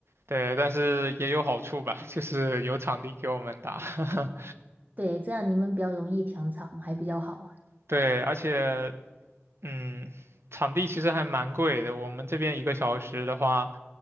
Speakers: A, on the right; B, on the right.
A: 对，但是也有好处吧，<laughs> 就是有场地给我们打。<laughs>
B: 对，这样你们比较容易抢场，还比较好。
A: 对，而且，嗯，场地其实还蛮贵的。我们这边一个小时的话，